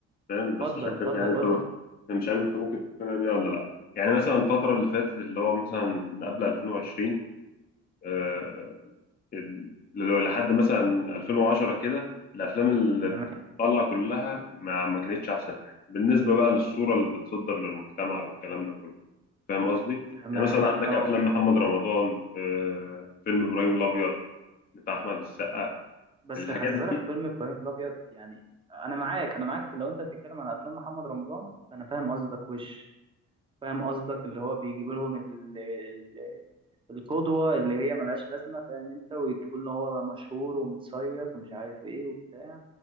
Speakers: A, on the left; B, on the right.
A: فاهم
B: اتفضل
A: بس مش
B: اتفضل
A: عارف يعني انت
B: قولها
A: انا مش عارف انت ممكن تقتنع بيها ولا لا يعني مثلا الفتره اللي فاتت اللي هو مثلا قبل 2020 آه، ال- اللي هو لحد مثلا 2010 كده الافلام اللي
B: تمام
A: طالعه كلها ما ما كانتش احسن حاجه بالنسبه بقى للصوره اللي بتتصدر للمجتمع والكلام ده كله فاهم قصدي؟
B: تمام
A: يعني مثلا عندك
B: اه
A: افلام محمد رمضان آه، فيلم ابراهيم الابيض بتاع احمد السقا
B: بس
A: الحاجات
B: خلي بالك
A: دي
B: فيلم ابراهيم الابيض يعني انا معاك انا معاك لو انت هتتكلم على افلام محمد رمضان فانا فاهم قصدك وش فاهم قصدك اللي هو بيجيب لهم ال... ال... القدوه اللي هي ملهاش لازمه فاهم انت ويجيبوا له هو مشهور ومتصيط ومش عارف ايه وبتاع